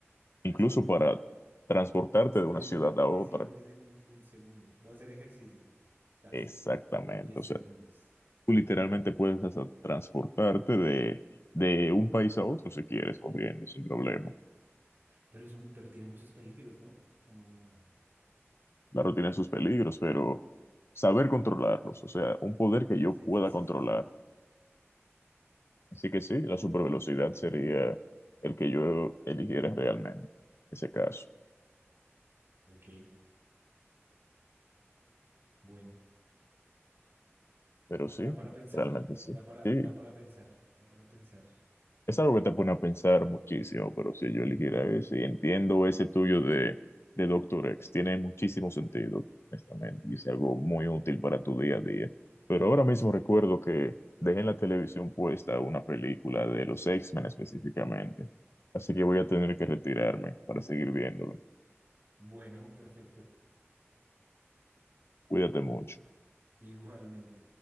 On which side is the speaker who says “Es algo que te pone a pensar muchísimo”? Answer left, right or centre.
Left